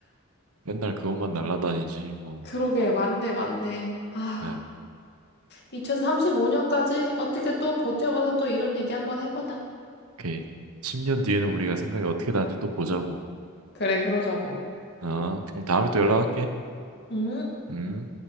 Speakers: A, on the right (about 75°); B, on the left (about 50°).
A: 맨날 그것만 날라다니지, 뭐.
B: 그러게 맞네 맞네. 아
A: 아,
B: 2035년까지 어떻게 또 버텨봐서 또 이런 얘기 한번 해보자.
A: 오케이. 10년 뒤에는 우리가 생각이 어떻게 다른지 또 보자고.
B: 그래 그러자고.
A: 아, 그럼 다음에 또 연락할게.
B: 음.
A: 음.